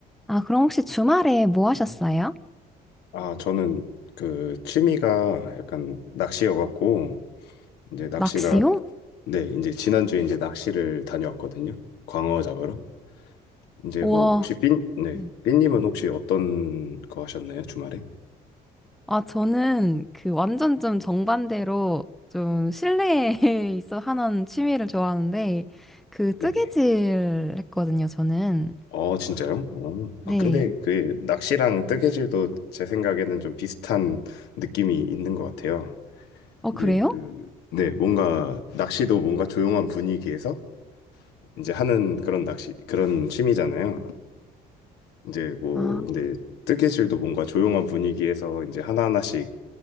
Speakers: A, in the centre; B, on the left.
A: 아, 그럼 혹시 주말에 뭐 하셨어요?
B: 아, 저는 그 취미가 약간 낚시여갖고 이제 낚시가
A: 낚시요?
B: 네, 이제 지난주에 이제 낚시를 다녀왔거든요. 광어 잡으러. 이제
A: 우와.
B: 뭐 혹시 삔, 네,
A: 네.
B: 삔님은 혹시 어떤 거 하셨나요? 주말에?
A: 아, 저는 그 완전 좀 정반대로 좀 실내에 <laughs> 있어 하는 취미를 좋아하는데 그 뜨개질
B: 네네.
A: 했거든요, 저는.
B: 어, 진짜요? 어.
A: 네.
B: 아, 근데 그 낚시랑 뜨개질도 제 생각에는 좀 비슷한 느낌이 있는 것 같아요.
A: 어,
B: 근데
A: 그래요?
B: 그, 네, 뭔가 낚시도 뭔가 조용한 분위기에서 이제 하는 그런 낚시, 그런 취미잖아요. 이제 뭐
A: 아,
B: 근데 뜨개질도 뭔가 조용한 분위기에서 이제 하나하나씩